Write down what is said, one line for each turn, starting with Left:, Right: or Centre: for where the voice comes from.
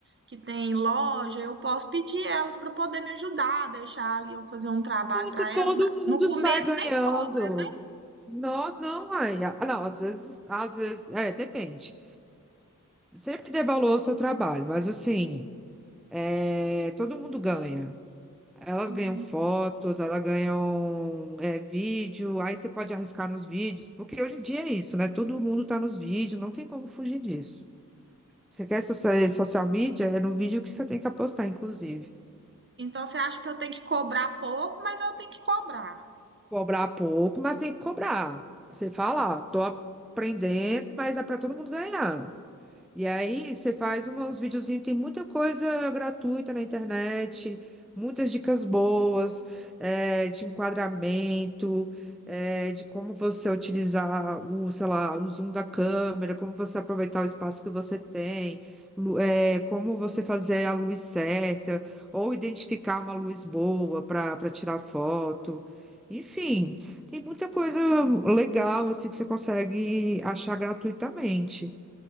Right: que tem loja, eu posso pedir elas para poder me ajudar, deixar ali eu fazer um trabalho
Centre: Nossa,
Right: para
Centre: todo
Right: elas.
Centre: mundo
Right: No começo
Centre: sai ganhando.
Right: nem cobra, né?
Centre: Não, não, mãe. Ah, Não, às vezes, às vezes, é, depende. Sempre dê valor ao seu trabalho, mas assim, é, todo mundo ganha. Elas
Right: Não
Centre: ganham
Right: tem.
Centre: fotos, elas ganham é, vídeo, aí você pode arriscar nos vídeos, porque hoje em dia é isso, né? Todo mundo tá nos vídeos, não tem como fugir disso. Você quer social, social media, é no vídeo que você tem que apostar, inclusive.
Right: Então você acha que eu tenho que cobrar pouco, mas eu tenho que cobrar.
Centre: Cobrar pouco, mas tem que cobrar. Você fala, ó, tô aprendendo, mas é para todo mundo ganhar. E aí você faz uma- uns videozinhos, tem muita coisa gratuita na internet, muitas dicas boas, eh, de enquadramento, eh, de como você utilizar o, sei lá, o zoom da câmera, como você aproveitar o espaço que você tem, lu- eh, como você fazer a luz certa, ou identificar uma luz boa para para tirar foto. Enfim, tem muita coisa legal assim que você consegue achar gratuitamente.